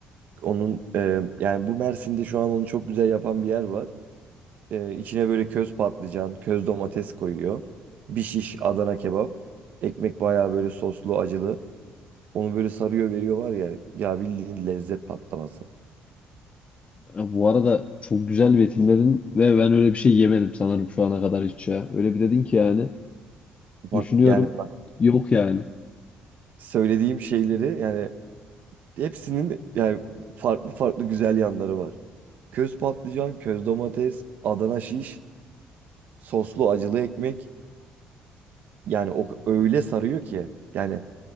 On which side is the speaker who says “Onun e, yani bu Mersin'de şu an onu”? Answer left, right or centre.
Right